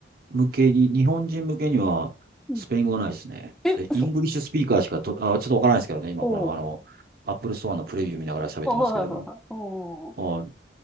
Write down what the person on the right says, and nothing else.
向けに、日本人向けにはスペイン語はないですね。
でイングリッシュスピーカーしかと、
あ、ちょっとわからないですけどね、今このあの、
アップルストアのプレビュー見ながら喋ってますけども。
あ、